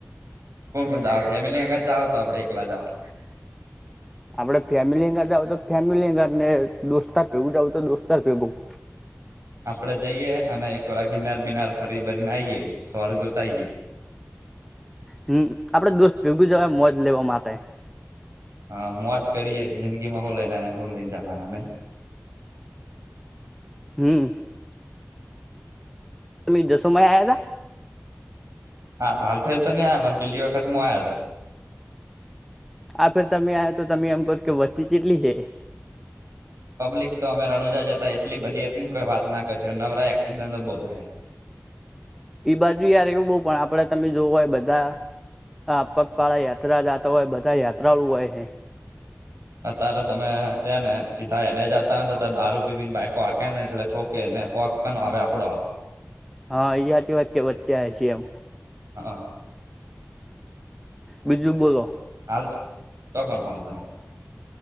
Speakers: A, on the right; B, in the centre.
A: કોણ કોણ જાઓ ફેમિલી અંગ જ જાઓ તો આપડે એકલા જ જાઓ
B: આપડે ફેમિલી અંગર જાવ તો ફેમિલી અંગર ને દોસ્તાર ભેગું જાવું તો દોસ્તાર ભેગું-
A: આપડે જઈએ અને કોરા ગિનાર બિનાર ફરી બરીને આવીએ સ્વર્ગ જોતાઈએ-
B: હમ આપડે દોસ્ત ભેગું જવા મોજ લેવા માટે.
A: હા મોજ કરીયે જિંદગીમાં હું લઈને આયા ને હું લઈને જવાન
B: હમ તમે જોસોમય આયા હતા
A: હા હાલ ફેર તો નહી આયા પણ પેલી વખત મુ આયા તો
B: આ ફેર તમે આયા તો તમે એમ કહો કે વસ્તી ચટલી હે
A: પબ્લિક તો અમે રણુજા જતા એટલી બધી હતી ને કોઈ વાત ના કરશ નવરાય એક્સિડન્ટો બહુ થાય
B: એઈ બાજુ યાર એવું બહુ પણ આપડે તમે જોવો હોય બધા આ પગપાળા યાત્રા જતા હોય બધા યાત્રાળુ હોય
A: અત્યારે તમે છે ને સીધા હેડીયા જતાને તો ત દારૂ પી પી ને બાઈકો હાંકે ને એટલે ઠોકે ઓ કેને વાકકાનો આવે આપણો આવે
B: હા એ હાચી વાત કે વચ્ચે આયા છીએ એમ
A: હા
B: બીજું બોલો
A: હાલ તો કોણ હાલ તમે.